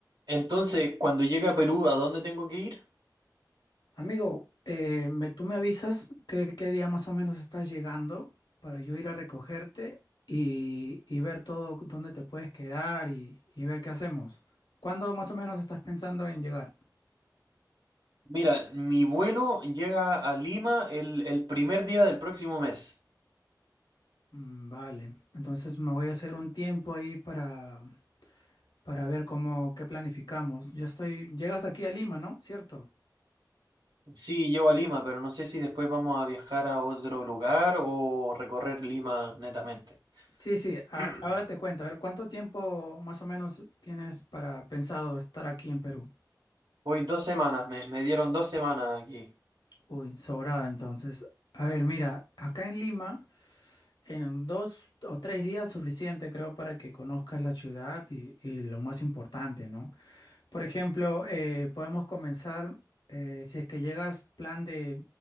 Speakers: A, on the right; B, on the left.
A: Entonces, cuando llegue a Perú, ¿a dónde tengo que ir?
B: Amigo, eh, me, tú me avisas qué, qué día más o menos estás llegando para yo ir a recogerte y, y ver todo dónde te puedes quedar y, y ver qué hacemos. ¿Cuándo más o menos estás pensando en llegar?
A: Mira, mi vuelo llega a Lima el, el primer día del próximo mes.
B: Mm, vale, entonces me voy a hacer un tiempo ahí para, para ver cómo, qué planificamos. Yo estoy, llegas aquí a Lima, ¿no? ¿Cierto?
A: Sí, llego a Lima, pero no sé si después vamos a viajar a otro lugar o recorrer Lima netamente.
B: Sí, sí, a-
A: <clears throat>
B: ahora te cuento. A ver, ¿cuánto tiempo más o menos tienes para pensado estar aquí en Perú?
A: Voy dos semanas, me, me dieron dos semanas aquí.
B: Uy, sobrado entonces. A ver, mira, acá en Lima, en dos o tres días suficiente creo para que conozcas la ciudad y, y lo más importante, ¿no? Por ejemplo, eh, podemos comenzar, eh, si es que llegas plan de